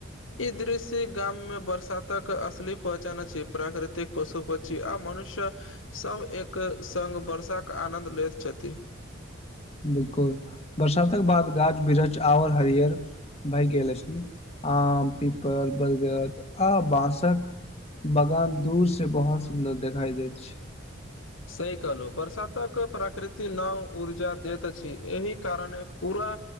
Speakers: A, on the left; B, on the left.
A: ई दृश्य गाम में बरसातक असली पहचान अछि प्राकृतिक पशु पक्षी आ मनुष्य सब एक संग बर्षा कऽ आनन्द लेैत छथि।
B: बिल्कुल बरसातक बाद गाछ बिरछ और हरियर- भैय गेलल छी आम पिपल बर्गर आ बाँसक बगान दूर से बहुत सुंदर देखाई दे छै।
A: सही कहलों बरसातक प्रकृति नओ ऊर्जा देैत अछि एहि कारणे पूरा